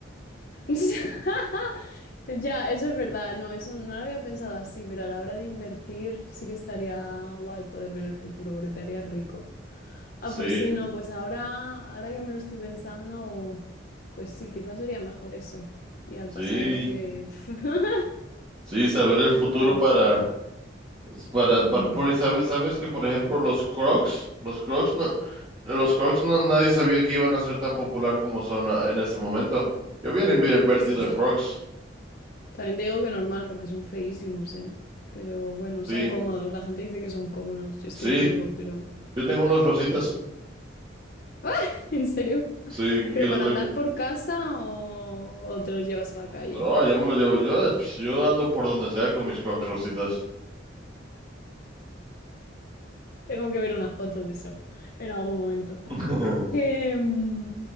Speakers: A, on the left; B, on the right.
A: <laughs> Ya, eso es verdad, no, eso no lo había pensado así, pero a la hora de invertir sí que estaría guay poder ver el futuro porque te haría rico. Ah,
B: Sí,
A: pues sí, no, pues ahora, ahora que me lo estoy pensando, pues sí, quizás sería mejor eso. Y al
B: sí,
A: pasado que... <laughs>
B: sí, saber el futuro
A: Vale.
B: para, para,
A: Mm.
B: para porque sabes, sabes que, por ejemplo, los Crocs, los Crocs, no, los Crocs no, nadie sabía que iban a ser tan popular como son ah, en este momento. Yo hubiera inver- invertido
A: Uf, es que es-
B: en Crocs.
A: También te digo que normal porque son feísimos, ¿eh? Pero bueno,
B: Sí,
A: son cómodos. La gente dice que son cómodos. Yo es
B: sí,
A: que no llevo, pero
B: yo tengo unos rositas,
A: <laughs> en serio
B: sí, y
A: ¿Pero
B: los
A: para
B: traigo.
A: andar por casa o, o te los llevas a la calle?
B: No, yo me lo llevo. Yo, yo ando por donde sea con mis Crocs rositas.
A: Tengo que ver unas fotos de eso en algún momento.
B: <laughs>
A: Que, mm,